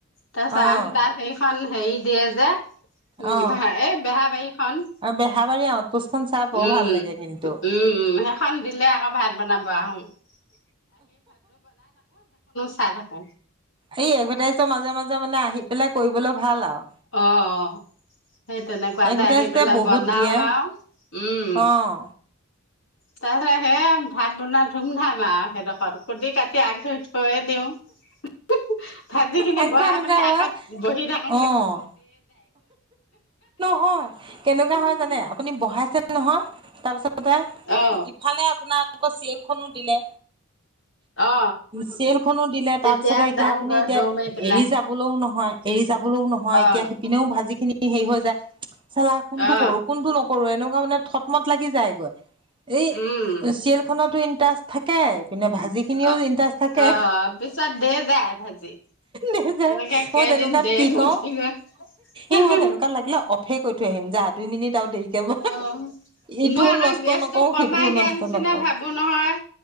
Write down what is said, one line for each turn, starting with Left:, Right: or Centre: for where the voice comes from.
Left: তাৰপিছত
Right: অহ
Left: আঠতাত সেইখন হেৰি দিয়ে যে, উম-
Right: অহ
Left: এ- বেহাৰবাৰী খন।
Right: আৰু বেহাবাৰী আউটপোষ্টখন চাই বৰ
Left: উম-উম-
Right: ভাল লাগে কিন্তু
Left: সেইখন দিলে আকৌ ভাত বনাব তাৰপৰা আহ <unintelligible> চাই থাকো
Right: এই এডভাৰটাইজৰ মাজে মাজে মানে আহি পেলাই কৰিবলৈ- ভাল আৰু
Left: অ- সেই তেনেকুৱাতোই
Right: এডভাৰটাইজে
Left: আহি পেলাই
Right: বহুত
Left: বনাও
Right: দিয়ে
Left: আৰু। উম-
Right: অহ
Left: তাৰপিছত সেই ভাত বনাই ধুমধাম আৰু সেইডোখৰ কুটি কাটি আগ ধৰি- থইয়ে দিওঁ উ <inaudible> ভাজি খিনি
Right: আকৌ
Left: বহাই
Right: এনেকুৱা
Left: পেলাই
Right: হয়
Left: আগত বহি থাকো
Right: অ- নহয় কেনেকুৱা হয় জানে আপুনি বহাইছে নহয়- তাৰপিছত -
Left: অ
Right: ইফালে আপোনাৰ- তেওঁলোকৰ চিৰিয়েলখনো দিলে।
Left: অ
Right: চিৰিয়েলখনো দিলে
Left: তেতিয়া
Right: তাৰ পিছতে এতিয়া
Left: যাংগৈ
Right: আপুনি- এৰি
Left: দৌৰ মাৰি পেলাই
Right: যাবলৈও নহয়, এৰি যাবলৈও নহয়
Left: অ
Right: এতিয়া সিপিনেও ভাজি- খিনি হেৰি হৈ যায়, চেলা কোনটো
Left: অ
Right: কৰো কোনটো নকৰো এনেকুৱা - মই মানে থতমত লাগি যায়গৈ। এই
Left: উম
Right: চিয়েলখনতো ইণ্টাষ্ট থাকে, ইপিনে ভাজি খিনিও
Left: অ
Right: ইণ্টাষ্ট থাকে।
Left: অ পিছত দে যায় ভাজি
Right: দেই যায়।
Left: তেনেকে কেইদিন
Right: মই তেনেকুৱাত
Left: দে
Right: কি
Left: গৈ
Right: কৰো
Left: গৈ
Right: ই-মই তেনেকুৱাত লাগিলে অফেই কৰি থৈ আহিম। যা- দুই মিনিট- আৰু দেৰিকে ব
Left: অ-
Right: ইটোও
Left: মই আকৌ
Right: নষ্ট
Left: গেছটো
Right: নকৰো
Left: কমাই
Right: সিটোও
Left: দিয়া
Right: নষ্ট
Left: নিচিনা
Right: নকৰো
Left: ভাবো নহয়,